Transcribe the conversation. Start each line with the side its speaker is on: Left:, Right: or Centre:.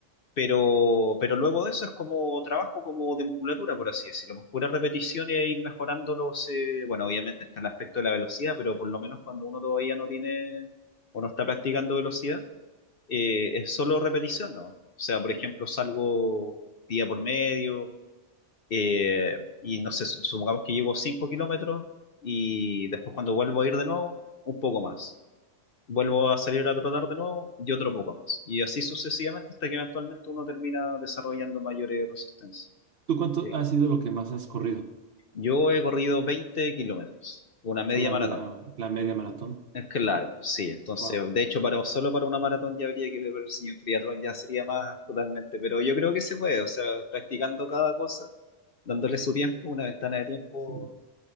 Left: Pero, pero luego de eso es como trabajo como de musculatura, por así decirlo, más pura repetición y ir mejorándolos eh, bueno, obviamente está el aspecto de la velocidad, pero por lo menos cuando uno todavía no tiene o no está practicando velocidad, eh, es solo repetición, ¿no? O sea, por ejemplo, salgo día por medio eh, y no sé, su- supongamos que llevo 5 kilómetros y después cuando vuelvo a ir de nuevo, un poco más vuelvo a salir a trotar de nuevo y otro poco más. Y así sucesivamente hasta que eventualmente uno termina desarrollando mayores resistencias.
Right: ¿Tú cuánto
Left: Eh,
Right: ha sido lo que más has corrido?
Left: Yo he corrido 20 kilómetros, una media
Right: O sea, la,
Left: maratón.
Right: la, la media maratón.
Left: Es claro, sí. Entonces,
Right: Wow.
Left: de hecho, para, solo para una maratón ya habría que ver si un triatlón ya sería más totalmente. Pero yo creo que se puede, o sea, practicando cada cosa, dándole su tiempo, una ventana de tiempo
Right: Sí.